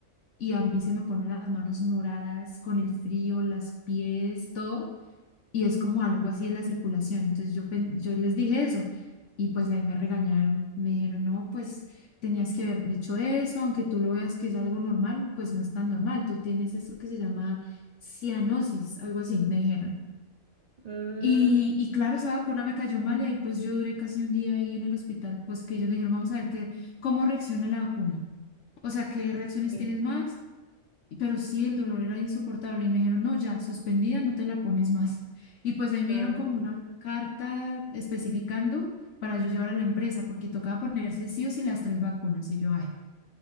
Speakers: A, on the left; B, on the right.
A: Y a mí se me ponen las manos moradas con el frío, las pies, todo y es como algo así de la circulación. Entonces yo, pen- yo les dije eso y pues ahí me regañaron. Me dijeron, no, pues tenías que haber dicho eso, aunque tú lo veas que es algo normal, pues no es tan normal. Tú tienes eso que se llama cianosis, algo así, me dijeron.
B: Mm,
A: Y, y claro, esa vacuna me cayó mal y ahí pues yo duré casi un día ahí en el hospital, pues que ellos me dijeron, vamos a ver qué, cómo reacciona la vacuna. O sea, ¿qué reacciones
B: sí,
A: tienes más? pero sí, el dolor era insoportable. Y me dijeron, no, ya, suspendida, no te la pones más. <laughs> Y pues ahí
B: claro.
A: me dieron como una carta especificando para yo llevar a la empresa, porque tocaba ponerse sí o sí las tres vacunas. Y yo, ay,